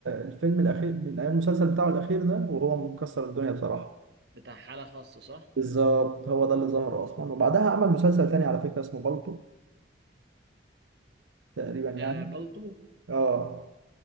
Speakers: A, on the right; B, on the right.
A: الفيلم الاخير من ايام المسلسل بتاعه الاخير ده وهو مكسر الدنيا بصراحه
B: بتاع حالة خاصة صح
A: بالظبط هو ده اللي ظهر اصلا وبعدها عمل مسلسل تاني على فكره اسمه بالطو تقريبا يعني
B: آه بالطو
A: اه